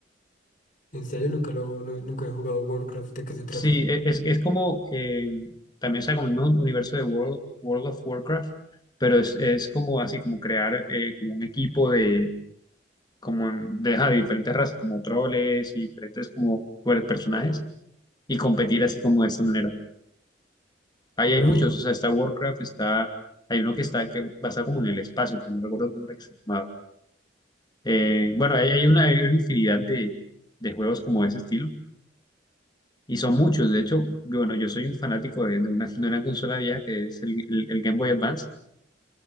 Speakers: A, on the left; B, on the left.
A: En serio, nunca lo, nu- nunca he jugado Warcraft, ¿de qué se trata?
B: Sí, e- es, es como, eh, también sea como el mismo universo de World, World of Warcraft, pero es, es como así, como crear eh, como un equipo de, como de, ajá, de diferentes razas, como troles y diferentes como bueno, personajes y competir así como de esta manera. Ahí
A: Wow.
B: hay muchos, o sea, está Warcraft, está, hay uno que está que pasa como en el espacio, pero no recuerdo cómo era que se llamaba. Eh, bueno, hay, hay una, hay una infinidad de, de juegos como de ese estilo y son muchos. De hecho, yo- bueno, yo soy un fanático de, de una, de una consola vieja que es el, el- el Game Boy Advance.